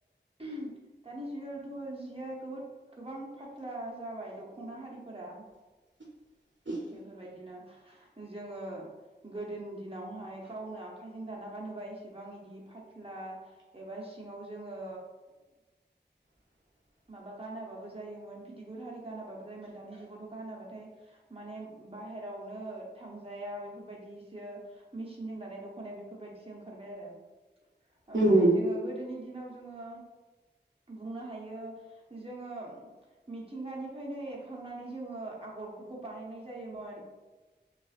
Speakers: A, on the right (about 30°); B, on the right (about 90°).
A: दानि जुगावथ' जिया गोबां फाथ्ला जाब जाबाय दख'ना हारिफोरा।
B: <inaudible>
A: बेफोरबायदिनो जोङो गोदोनि दिनावहाय गावनो आखायजों दाना गानोबा इसेबां बिदि फाथ्ला एबा सिङाव जोङो
B: <inaudible>
A: माबा गानाबाबो जायोमोन फिथिगुर हारि गानाबाबो जायोमोन दानि जुगावथ' गानाबाथाय माने बाहेरावनो थांजाया बेफोरबायदिसो मेचिनजों दानाय दख'नाया बेफोरबायदिसो ओंखारबाय आरो। ओमफाय
B: उम
A: जोङो गोदोनि दिनाव जोङो। बुंनो हायो जोङो मिथिंगानिफ्रायनो एरखांनानै जोङो आग गरफोरखौ बानायनाय जायोमोन